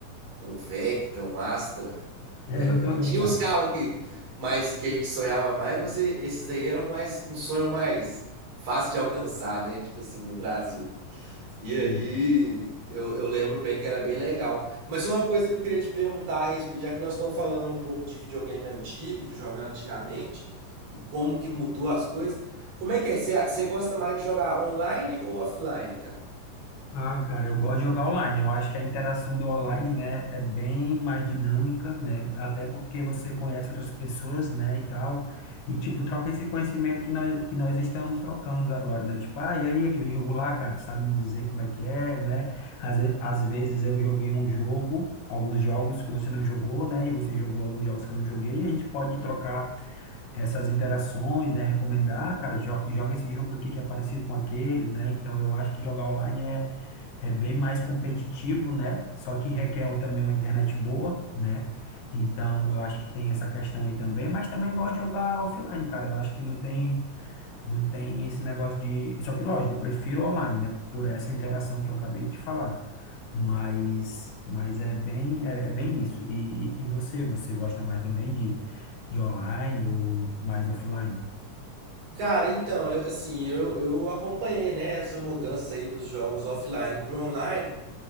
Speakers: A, on the right; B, on the left.
A: um, um Vectra, um Astra, né?
B: É, eu
A: Porque
B: também,
A: tinha
B: cara.
A: uns carros que, mais, que a gente sonhava mais, mas e- esses daí eram mais um sonho mais fácil de alcançar, né? Tipo assim, no Brasil.
B: Sim.
A: E aí, eu, eu lembro bem que era bem legal. Mas uma coisa que eu queria te perguntar a respeito, já que nós estamos falando um pouco de videogame antigo, de jogar antigamente, e como que mudou as coisas, como é que é? Você você gosta mais de jogar online ou offline, cara?
B: Ah, cara, eu gosto de jogar online. Eu acho que a interação do online, né, é bem mais dinâmica, né? Até porque você conhece outras pessoas, né, e tal. E, tipo, troca esse conhecimento que nós, que nós estamos trocando agora, né? Tipo, ah, e aí, aquele jogo lá, cara, tu sabe me dizer como é que é, né? Às, ve- às vezes eu joguei um jogo, alguns jogos que você não jogou, né? E você jogou alguns jogos que eu não joguei. E a gente pode trocar essas interações, né? Recomendar, "Ah, cara, jo- joga esse jogo aqui que é parecido com aquele, né? Então, eu acho que jogar online é é bem mais competitivo, né? Só que requer um, também uma internet boa, né? Então, eu acho que tem essa questão aí também, mas também gosto de jogar offline, cara. Eu acho que não tem, não tem esse negócio de. Só que, lógico, eu prefiro online, né? Por essa interação que eu acabei de falar. Mas, mas é bem, é, é bem isso. E, e você, você gosta mais também de, de online ou mais offline?
A: Cara, então, eu- assim, eu, eu acompanhei, né, essa mudança aí dos jogos offline para online.